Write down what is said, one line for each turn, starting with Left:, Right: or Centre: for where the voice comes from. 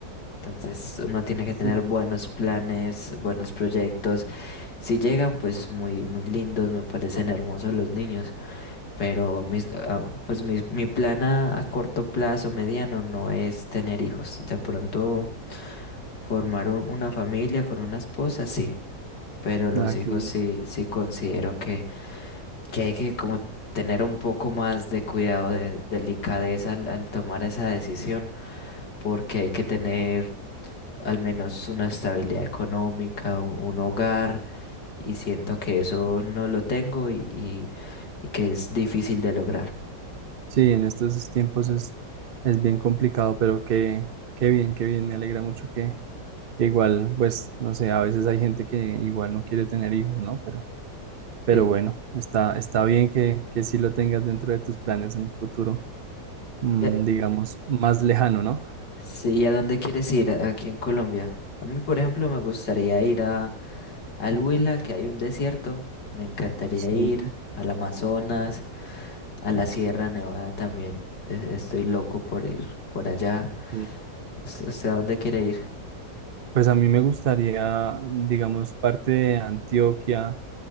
Left: Entonces uno tiene que
Right: Sí,
Left: tener buenos planes, buenos proyectos Si llegan, pues muy, muy lindos, me parecen hermosos los niños, pero mis, ah, pues mi, mi plan a, a corto plazo, mediano, no es tener hijos. De pronto formar un- una familia con una esposa, sí, pero los
Right: Ah, qué
Left: hijos
Right: bien.
Left: sí, sí considero que, que hay que como tener un poco más de cuidado, de delicadeza al, al tomar esa decisión, porque hay que tener al menos una estabilidad económica, un un hogar y siento que eso no lo tengo y, y- y que es difícil de lograr.
Right: Sí, en estos tiempos es, es bien complicado, pero qué, qué bien, qué bien. Me alegra mucho que Igual, pues, no sé, a veces hay gente que igual no quiere tener hijos, ¿no? Pero, pero
Left: Sí.
Right: bueno, está, está bien que, que sí lo tengas dentro de tus planes en un futuro, mm,
Left: ¿Y a,
Right: digamos, más lejano, ¿no?
Left: sí, ¿y a dónde quieres ir a- aquí en Colombia? A mí, por ejemplo, me gustaría ir a, al Huila, que hay un desierto. Me encantaría
Right: Sí,
Left: ir al Amazonas, a la Sierra Nevada también. Es- estoy loco por ir por allá.
Right: sí.
Left: ¿Usted, usted a dónde quiere ir?
Right: Pues a mí me gustaría, digamos, parte de Antioquia,